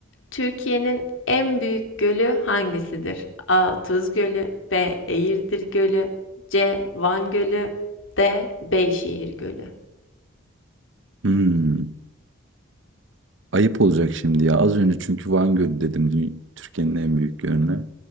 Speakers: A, on the left (about 65°); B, on the right (about 60°).
A: Türkiye'nin en büyük gölü hangisidir? A. Tuz Gölü, B. Eğirdir Gölü, C. Van Gölü, D. Beyşehir Gölü.
B: Hımm. Ayıp olacak şimdi ya. Az önce çünkü Van Gölü dedim dü Türkiye'nin en büyük gölüne.